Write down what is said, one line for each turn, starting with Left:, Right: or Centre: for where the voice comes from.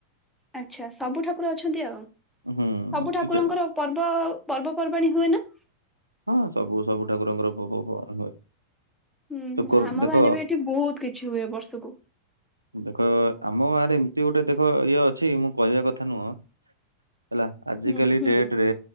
Centre: ଆଛା ସବୁ ଠାକୁର ଅଛନ୍ତି ଆଉ ସବୁ
Right: ହୁଁ
Centre: ଠାକୁରଙ୍କର
Right: କିଛି-
Centre: ପର୍ବ ପର୍ବପର୍ବାଣୀ ହୁଏ ନା?
Right: ହଁ ସବୁ ସବୁ ଠାକୁରଙ୍କର ଭୋଗ ଫୋ ହୁଏ।
Centre: ହୁଁ
Right: ଶୁକୁର
Centre: ଆମ
Right: ଦେଖ
Centre: ଗାଁରେ ବି ଏଠି ବହୁତ କିଛି ହୁଏ ବର୍ଷକୁ।
Right: ଦେଖ ଆମ ଗାଁ ରେ ଏମିତି ଗୋଟେ ଦେଖ ଇଏ ଅଛି ମୁଁ କହିବା କଥା ନୁହଁ। ହେଲା ଆଜ
Centre: ହୁଁ
Right: କାଲି
Centre: ହୁଁ।
Right: ଡେଟରେ